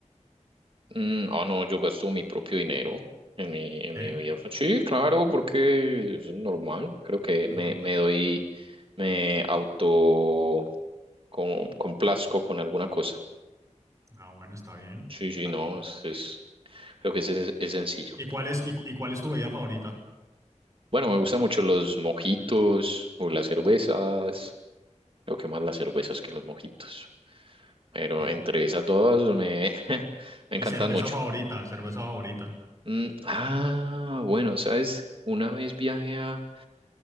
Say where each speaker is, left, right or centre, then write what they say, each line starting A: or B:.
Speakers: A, on the right; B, on the right.
A: Mm, ah, no, yo gasto mi propio dinero en mi, en
B: ¿Sí?
A: mi vida. Fa- Sí, claro, porque es normal. Creo que me,
B: No,
A: me doy, me auto com- complazco con alguna cosa.
B: Ah, bueno, está bien,
A: Sí, sí,
B: está
A: no,
B: bien.
A: es, es- creo que es, es- es sencillo.
B: ¿Y cuál es, y, cu- y cuál es tu bebida favorita?
A: Bueno, me gustan mucho los mojitos o las cervezas. Creo que más las cervezas que los mojitos.
B: Ok.
A: Pero entre esas dos me, <laughs> me
B: ¿Y
A: encantan
B: cerveza
A: mucho.
B: favorita? ¿Cerveza favorita?
A: Mm, ah, bueno, ¿sabes? Una vez viajé a